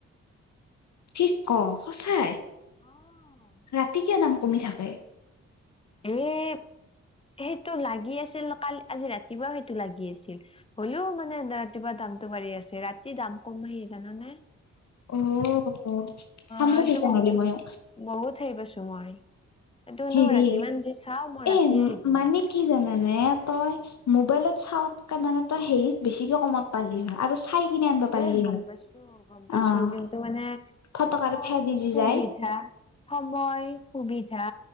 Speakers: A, on the left; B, on the left.
A: কি ক সঁচাই,
B: অ'।
A: ৰাতি কিয় দাম কমি থাকে।
B: এই সেইটো লাগি আছিল কাল আজি ৰাতিপুৱাও সেইটো লাগি আছিল হ'লেও মানে ৰাতিপুৱা দামটো আ ৰাতি দাম কম আহি জানা নে
A: অ
B: অ
A: চাম ৰ
B: এইটো
A: তেতিয়া
B: মই
A: নহ'লে
B: বহুত
A: ময়ো
B: বহুত সেই পাইছো মই। এইটো
A: হেৰি
B: নোৱাৰা যিমান যি চাওঁ মই ৰাতিয়ে
A: এ
B: হে কৰো।
A: কি মানে তই মোবাইলত চাকে মানে তই হেৰিত বেছিকে কমত পালি হয় আৰু চাই কিনে আনিব পাৰিলি
B: এই গম
A: হয়
B: পাইছো গম পাইছো
A: অ
B: কিন্তু মানে
A: ফটক
B: সময়
A: আৰু ফে দি যি
B: সুবিধা
A: যায়
B: সময় সুবিধা